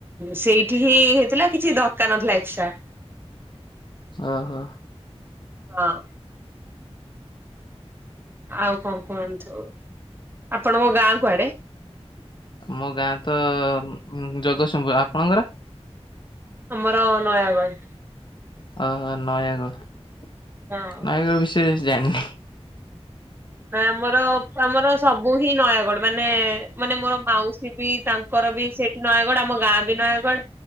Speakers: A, on the right; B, on the left.
A: ସେଇଠି ହିଁ ହେଇଥିଲା କିଛି ଦରକାର ନଥିଲା ଏକ୍ସଟ୍ରା।
B: ଓ ହୋ।
A: ହଁ। ଆଉ କଣ କୁହନ୍ତୁ, ଆପଣଙ୍କ ଗାଁ କୁଆଡେ?
B: ମୋ ଗାଁ ତ ଉନ୍ ଜଗତସିଂହପୁର ଆପଣଙ୍କର?
A: ଆମର ନୟାଗଡ଼।
B: ଓହୋ। ନୟାଗଡ଼
A: ହଁ।
B: ନୟାଗଡ଼ ବିଷୟରେ କିଛି ଜାଣିନି।
A: ନା ଆମର ଆମର ସବୁ ହିଁ ନୟାଗଡ ମାନେ ମାନେ ମୋର ମାଉସି ବି ତାଙ୍କର ବି ସେଇଠି ନୟାଗଡ ଆମ ଗାଁ ବି ନୟାଗଡ